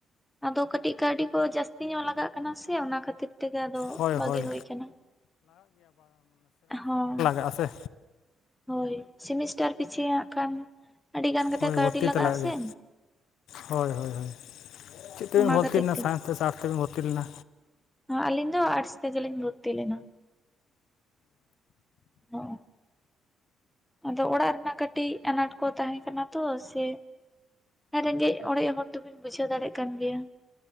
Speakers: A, in the centre; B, on the left.
A: ᱟᱫᱚ ᱠᱟᱹᱴᱤᱡ ᱠᱟᱹᱣᱰᱤ ᱠᱚ ᱡᱟᱹᱥᱛᱤ ᱧᱚᱜ ᱞᱟᱜᱟᱜ ᱠᱟᱱᱟ ᱥᱮ ᱚᱱᱟ ᱠᱷᱟᱹᱛᱤᱨ᱾ ᱛᱮᱜᱮ ᱟᱫᱚ
B: ᱦᱳᱭ
A: ᱵᱟᱜᱤ
B: ᱦᱳᱭ
A: ᱦᱩᱭ ᱠᱟᱱᱟ ᱦᱚᱸ᱾
B: ᱱᱟᱥᱮ
A: ᱦᱳᱭ, ᱥᱮᱢᱤᱥᱴᱟᱨ ᱯᱤᱪᱷᱟᱹ ᱦᱟᱜ ᱠᱷᱟᱱ, ᱟᱹᱰᱤ ᱜᱟᱱ ᱠᱟᱛᱮᱜ
B: ᱦᱳᱭ
A: ᱠᱟᱹᱣᱰᱤ
B: ᱵᱷᱚᱨᱛᱤ
A: ᱞᱟᱜᱟᱜ
B: ᱛᱮ
A: ᱟᱥᱮ᱾
B: ᱜᱮᱭᱟ ᱦᱳᱭ ᱦᱳᱭ ᱦᱳᱭ, ᱪᱮᱫ ᱛᱮᱵᱤᱱ
A: ᱚᱱᱟ
B: ᱵᱷᱚᱨᱛᱤ
A: ᱠᱷᱟᱹᱛᱤᱨ
B: ᱞᱮᱱᱟ ᱥᱟᱭᱤᱱᱥ ᱛᱮ ᱥᱮ ᱟᱨᱴᱥ ᱛᱮᱵᱮᱱ ᱵᱷᱚᱨᱛᱤ ᱞᱮᱱᱟ?
A: ᱟᱞᱤ ᱫᱚ ᱟᱴᱥ ᱜᱮᱞᱤᱧ ᱵᱷᱚᱨᱛᱤ ᱞᱮᱱᱟ᱾ ᱦᱚᱜᱼᱚ᱾ ᱟᱫᱚ ᱚᱲᱟᱜ ᱨᱮᱱᱟᱜ ᱠᱟᱹᱴᱤᱡ ᱟᱱᱟᱴ ᱠᱚ ᱛᱟᱦᱮᱸ ᱠᱟᱱᱟ ᱛᱚ ᱥᱮ ᱨᱮᱸᱜᱮᱡ ᱚᱲᱮᱡ ᱦᱚᱲ ᱛᱚᱵᱤᱱ ᱵᱩᱡᱷᱟᱹᱣ ᱫᱟᱲᱮᱭᱟᱜ ᱠᱟᱱ ᱜᱮᱭᱟ᱾